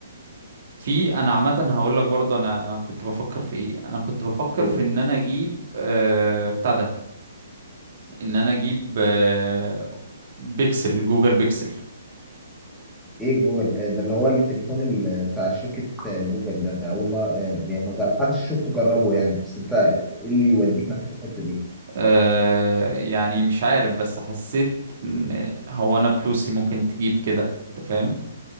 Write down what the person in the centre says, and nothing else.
جوجل.
ايه جوجل آه، ده اللي هو التليفون ال- بتاع شركه آه، جوجل ده ده اول ما آه، يعني ما حدش شفته جربه يعني بس انت ايه اللي يوديك ناحيه الحته دي